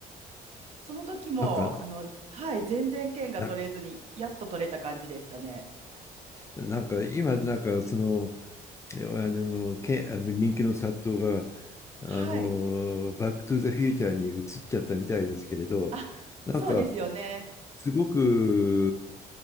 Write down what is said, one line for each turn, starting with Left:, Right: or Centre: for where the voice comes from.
Right: その時も、
Left: なんか、
Right: あの、はい、全然券が取れずに、
Left: な、
Right: やっと取れた感じでしたね。
Left: なんか今、なんかその、えあの、け、あの人気の殺到が、あの、
Right: はい。
Left: バックトゥザフューチャーに移っちゃったみたいですけれど、
Right: あ、
Left: なんか、
Right: そうですよね。
Left: すごく、